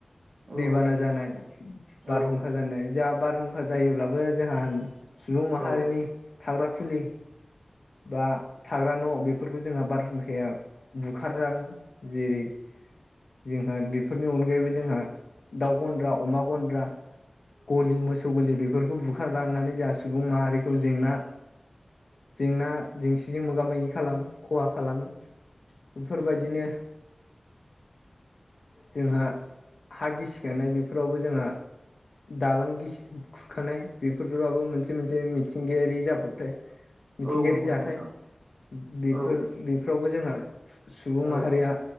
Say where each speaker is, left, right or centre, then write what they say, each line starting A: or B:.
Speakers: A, on the right; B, on the left.
A: औ
B: दैबाना जानाय बारहुंखा
A: औ
B: जानाय जोंहा बारहुंखा जायोब्लाबो जोंहा सुबुं माहारिनि
A: औ
B: थाग्रा खुलि बा थाग्रा न' बेफोरखौ जोंहा बार बार हुंखाया बुखारलाङो जेरै जोंहा बेफोरनि अनगायैबो जोंहा दाउ गन्द्रा अमा गन्द्रा गलि मो सौ गलि बेफोरखौ बुखारलांनानै जाहहा सुबुं माहारिखौ जेंना जेंना जेंसिजों मोगा मोगि खालामो खहा खालामो बेफोरबायदिनो जोंहा हा गिसि गायनाय बेफोरावबो जोंहा दालां गिसि खुरखानाय बेफोरबाबो मोनसे मोनसे मिथिंगायारि जाब्रबथाय मिथिंगायारि
A: औ नंगौ
B: जाथाय
A: नंगौ नोंथां
B: बेफोर
A: औ
B: बेफ्रावबो जोंहा सुबुं
A: औ
B: माहारिया